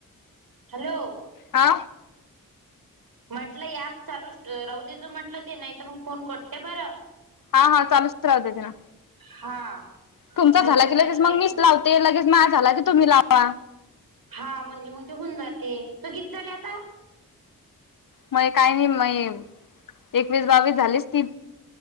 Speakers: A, on the right; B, on the left.
A: हॅलो
B: हा
A: म्हटलंप चालू राऊ दे जू म्हटलं ते नाही तर मग फोन करते बरं
B: हा हा चालूच राहते तिना
A: हा
B: तुमचा
A: नाही
B: झाला
A: कटला
B: की लगेच
A: तर काही
B: मग मीच
A: का
B: लावते लगेच माझ झाला की तुम्ही लावा
A: हा म्हणजे मग ते होऊन जाते तू कती झाले आता
B: म काय नाही म एकवीस बावीस झालीच ती